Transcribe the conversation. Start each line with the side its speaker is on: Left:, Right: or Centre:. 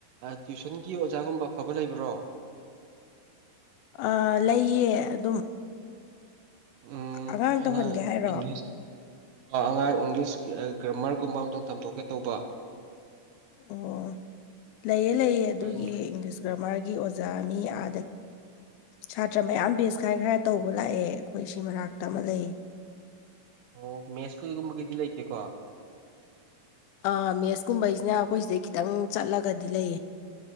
Right: ꯇ꯭ꯋꯨꯁꯟꯒꯤ ꯑꯣꯖꯥꯒꯨꯝꯕ ꯐꯕ ꯂꯩꯕ꯭ꯔꯣ
Left: ꯑ ꯂꯩꯌꯦ ꯑꯗꯨꯝ
Right: ꯎꯝ
Left: ꯑꯉꯥꯡ
Right: ꯑꯩꯅ
Left: ꯇꯧꯍꯟꯒꯦ ꯍꯥꯏꯔꯣ
Right: ꯏꯪꯂꯤꯁ ꯑꯉꯥꯡ ꯏꯪꯂꯤꯁ ꯒ꯭ꯔꯃꯔꯒꯨꯝꯕ ꯑꯝꯇꯪ ꯇꯝꯊꯣꯛꯀꯦ ꯇꯧꯕ
Left: ꯑꯣ ꯂꯩꯌꯦꯦ ꯂꯩꯑꯦ ꯑꯗꯨꯒꯤ
Right: ꯑꯩ
Left: ꯏꯪꯂꯤꯁ ꯒ꯭ꯔꯥꯃꯥꯔꯒꯤ ꯑꯣꯖꯥ ꯑ ꯁꯥꯇ꯭ꯔ ꯃꯌꯥꯝ ꯕꯦꯁ ꯈ ꯈ ꯇꯧꯕ ꯂꯥꯛꯑꯦ ꯑꯩꯈꯣꯏ ꯁꯤ ꯃꯅꯥꯛꯇ ꯑꯃ ꯂꯩ
Right: ꯑꯣ ꯃꯦꯠꯁ ꯀꯩꯒꯨꯝꯕꯒꯤꯗꯤ ꯂꯩꯇꯦꯀꯣ
Left: ꯑꯥ ꯃꯦꯠꯁꯀꯨꯝꯕꯩꯁꯤꯅ ꯑꯩꯈꯣꯏ ꯁꯤꯗꯩ ꯈꯤꯇꯪ ꯆꯠꯂꯒꯗꯤ ꯂꯩꯌꯦ